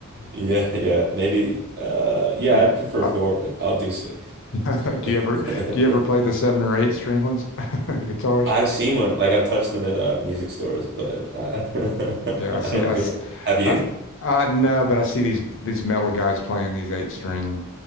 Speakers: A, on the right; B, on the left.
A: Yeah, yeah. Maybe uh yeah,
B: Are you,
A: I'd prefer
B: uh,
A: four, but I'll do six.
B: <laughs> do
A: <laughs>
B: you ever do you ever play the seven or eight string ones <laughs> guitars?
A: I've seen one. Like I've touched them at uh music stores, but uh, <laughs> I
B: Yeah, I see.
A: don't know
B: I,
A: if
B: s-
A: you ever have you?
B: I, s- I no, but I see these these metal guys playing these eight string